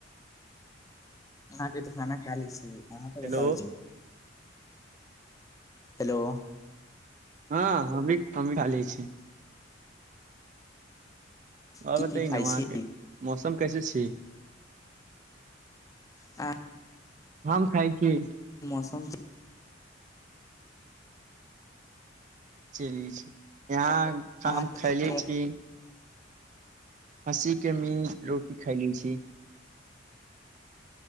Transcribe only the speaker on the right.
हेलो
हां हमी - हमी खा लय छी और
बताइये
न
वहाँके
मौसम कैसे छी
हम खाइ छी
चलाई छै यहाँ काम
खैले छी खस्सी के मिट रोटी खेले छी